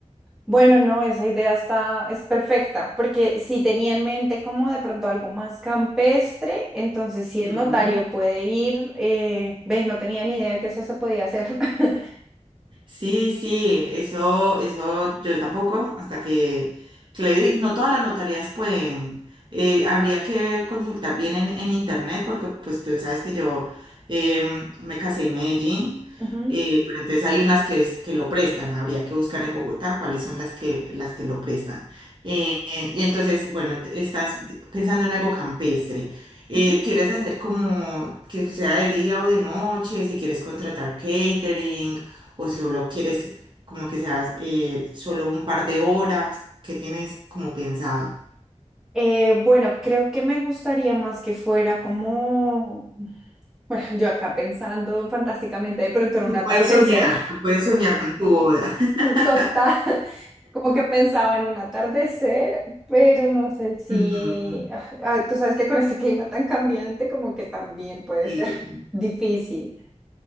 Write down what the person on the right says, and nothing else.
Ujú.
Sí, sí, eso, eso yo tampoco, hasta que, que le di- no todas las notarías pueden, eh, habría que consultar bien en, en internet, porque pues tú sabes que yo em, me casé en Medellín,
eh, pero entonces hay unas que, es- que lo prestan, habría que buscar en Bogotá cuáles son las que, las que lo prestan. Eh, eh, y entonces, bueno, te- estás d- pensando en algo campestre. Eh,
¿quieres hacer como que sea de día o de noche? Si quieres contratar catering o solo quieres como que seas eh, solo un par de horas, ¿qué tienes como pensado?
Tú
puedes soñar, tú puedes soñar con tu boda. <laughs>
Ujú,
sí.